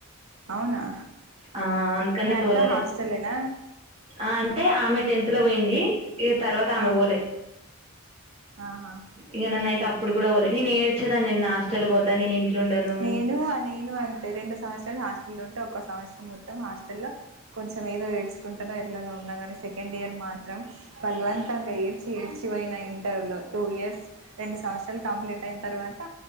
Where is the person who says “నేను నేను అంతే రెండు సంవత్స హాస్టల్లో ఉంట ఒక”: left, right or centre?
Right